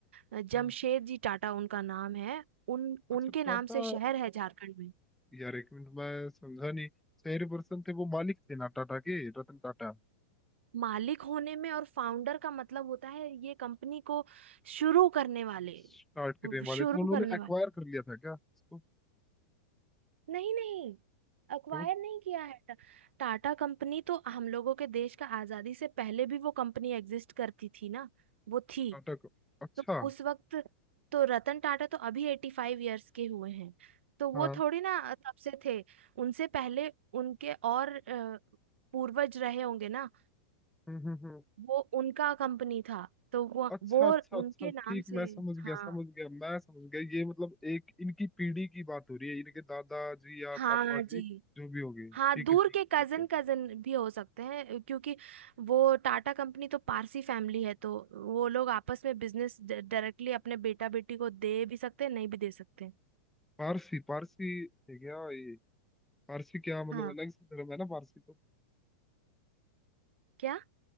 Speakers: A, on the right; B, in the centre.
A: अ, जमशेद
B: हम्म
A: जी टाटा उनका नाम है उन उनके
B: अच्छा
A: नाम
B: टाटा
A: से शहर है झारखंड में
B: यार एक मिनट मैं समझा नहीं शहर पर्सन थे वो मालिक थे ना टाटा के रतन टाटा
A: मालिक होने में और फाउंडर का मतलब होता है ये कंपनी को शुरू करने वाले
B: स्टार्ट करने वाले
A: शुरू
B: तो उन्होंने
A: करने
B: एक्वायर
A: वाले
B: कर लिया था क्या इसको
A: नहीं नहीं अक्वायर
B: तो
A: नहीं किया है टा- टाटा कंपनी तो हम लोगों के देश का आजादी से पहले भी वो कंपनी एग्जिस्ट करती थी ना वो थी
B: टाटा को अच्छा
A: तो उस वक्त तो रतन टाटा तो अभी एटी फाइव ईयर्स के हुए हैं तो वो
B: हाँ
A: थोड़ी ना तब से थे उनसे पहले उनके और अ, पूर्वज रहे होंगे ना
B: हम्म हम्म हम्म
A: वो उनका कंपनी था तो वो
B: अच्छा
A: वो
B: अच्छा
A: उनके
B: अच्छा
A: नाम
B: ठीक
A: से
B: मैं समझ गया
A: हाँ
B: समझ गया मैं समझ गया ये मतलब एक इनकी पीढ़ी की बात हो रही है इनके दादाजी या
A: हाँ
B: पापा
A: जी
B: जी जो भी हो गए
A: हाँ
B: ठीक
A: दूर
B: है ठीक
A: के
B: है
A: कजन
B: ठीक है
A: कजन भी हो सकते हैं क्योंकि वो टाटा कंपनी तो पारसी फैमिली है तो वो लोग आपस में बिजनेस डायरेक्टली अपने बेटा बेटी को दे भी सकते हैं नहीं भी दे सकते हैं।
B: पारसी पारसी थे क्या ये पारसी क्या मतलब
A: हाँ
B: अलग से धर्म है ना पारसी तो
A: क्या